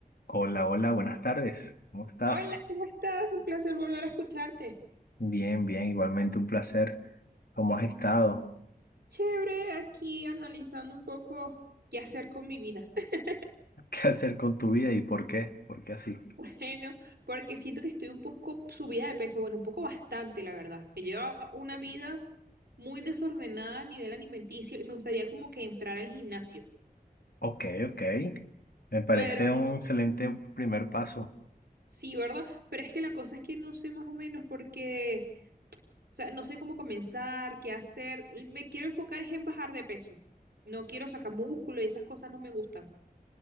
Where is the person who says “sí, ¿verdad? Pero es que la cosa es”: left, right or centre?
Right